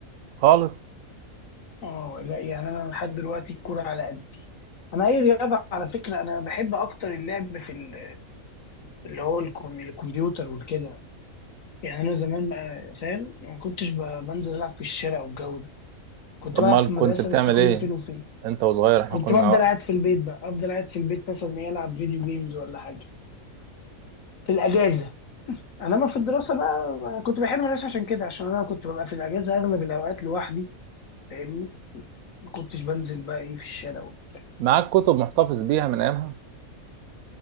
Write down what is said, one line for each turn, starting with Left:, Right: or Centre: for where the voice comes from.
Right: خالص
Left: اه لا يعني انا لحد دلوقتي الكوره على قد انا اي رياضه على فكره انا بحب اكتر اللعب في ال- اللي هو الكم- الكمبيوتر والكده يعني انا زمان ما- فاهم ما كنتش ب- بنزل العب في الشارع والجو ده كنت
Right: طب
Left: بلعب
Right: ما
Left: في
Right: كنت
Left: المدرسه
Right: بتعمل
Left: بس كل
Right: ايه
Left: فين وفين
Right: انت وصغير احنا
Left: كنت
Right: كنا
Left: بفضل قاعد في البيت بقى افضل قاعد في البيت مثلا يلعب فيديو جيمز ولا حاجه في الاجازه انما في الدراسه بقى كنت بحب المدرسه عشان كده عشان انا كنت ببقى في الاجازه اغلب الاوقات لوحدي فاهمني ما كنتش بنزل بقى ايه في الشارع وبتاع
Right: معاك كتب محتفظ بيها من ايامها